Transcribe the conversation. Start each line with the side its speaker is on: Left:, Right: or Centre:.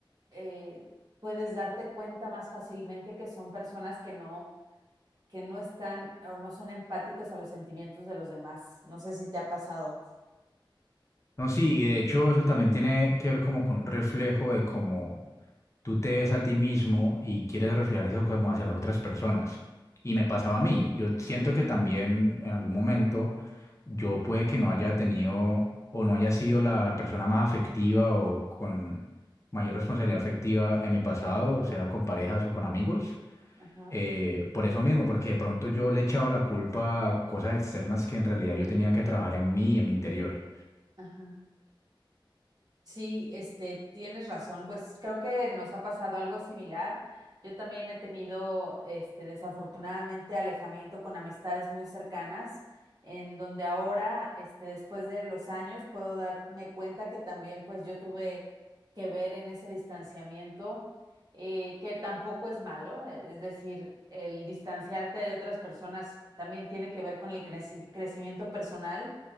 Right: eh, puedes darte cuenta más fácilmente que son personas que no, que no están o no son empáticos a los sentimientos de los demás. No sé si te ha pasado.
Left: No, sí, y de hecho eso también tiene que ver como con un reflejo de cómo tú te ves a ti mismo y quieres reflejar eso como hacia las otras personas. Y me pasaba a mí. Yo siento que también en algún momento yo puede que no haya tenido o no haya sido la, la persona más afectiva o con mayor responsabilidad afectiva en mi pasado, o sea con parejas o con amigos.
Right: Ajá,
Left: Eh, por eso mismo, porque de pronto yo le echaba la culpa a cosas externas que en realidad yo tenía que trabajar en mí y en mi interior.
Right: ajá. Sí, este, tienes razón. Pues creo que nos ha pasado algo similar. Yo también he tenido, este, desafortunadamente, alejamiento con amistades muy cercanas, en donde ahora, este, después de los años, puedo darme cuenta que también, pues, yo tuve que ver en ese distanciamiento, eh, que tampoco es malo. eh, Es decir, el distanciarte de otras personas también tiene que ver con el creci- crecimiento personal